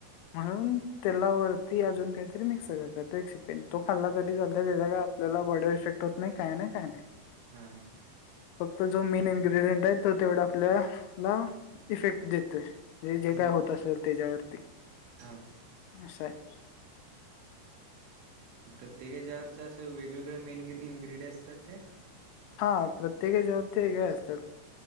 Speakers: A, on the left; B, on the right.
A: म्हणून तेलावरती अजून काहीतरी मिक्स करतो एक सिपेंड तो खाल्ला तरी चालत त्याचा काय आपल्याला बॉडी इफेक्ट होत नाही काय नाही काय नाही.
B: हा हा
A: फक्त जो मेन इन्ग्रेडियंट आहे तो तेवढा आपल्याला इफेक्ट देतोय. म्हणजे जे
B: हम्म
A: काय होत असेल त्याच्यावरती
B: हां
A: असं आहे.
B: प्रत्येकाच्यावरच्या असं वेगवेगळे्या मेन इनग्रेडियंट्स असतात काय?
A: हा प्रत्येकाच्यावरती वेगळे असतात